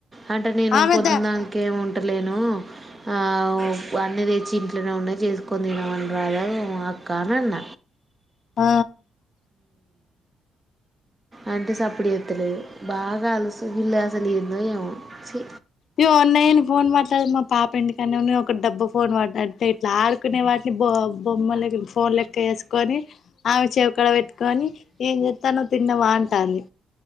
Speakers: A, on the right; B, on the left.
A: అంటే నేను
B: ఆమె
A: పొద్దున్దాక
B: ద
A: ఏమి ఉంటలేను. ఆవూ పన్నది. వచ్చి ఇంట్లనే ఉన్నాద్. చేసుకని తినమన్ రాదను ఆ క్కనన్న
B: ఆ
A: అంటే సప్పుడ్ చేతలేగా. బాగాలు సువిలాస లేందో ఏమో చి
B: ఇగో ఉన్నాయని ఫోన్ మాట్లాడత్ మా పాప ఇంటికనే ఉన్నద్. ఒక డబ్బ ఫోన్ పడ్డట్టే ఇట్లా ఆడుకునే వాటిని బో బొమ్మలకి. ఫోన్ లెక్క ఏసుకొని. ఆమె చెప్ క్కడ పెట్టుకొని ఏం చేత్తన్నవ్ తిన్నవ అంటాంది.